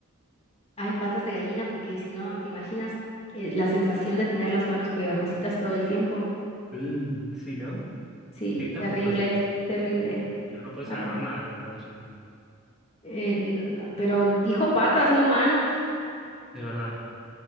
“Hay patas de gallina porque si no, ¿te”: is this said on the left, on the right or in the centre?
Left